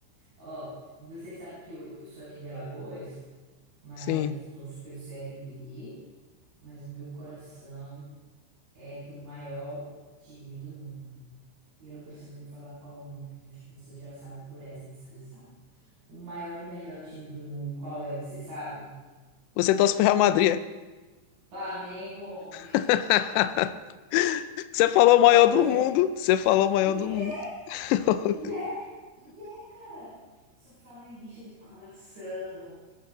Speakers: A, on the right; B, on the left.
A: Ó, você sabe que eu, eu sou aqui de Alagoas, mas
B: sim.
A: tô super CRB, mas meu coração é do maior time do mundo. E eu não preciso nem falar qual o nome, porque eu acho que vocês já sabem por essa descrição. O maior e melhor time do mundo, qual é? Vocês sabem?
B: Você torce pro Real Madrid? é?
A: Flamengo, homem.
B: <laughs> Você falou
A: <laughs> Flamengo.
B: o maior do mundo, você falou o maior
A: Ih,
B: do mundo. <laughs>
A: e é, e é, cara. Sou flamenguista de coração.